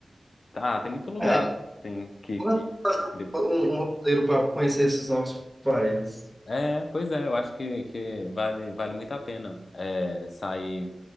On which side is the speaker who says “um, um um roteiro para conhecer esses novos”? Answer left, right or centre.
Centre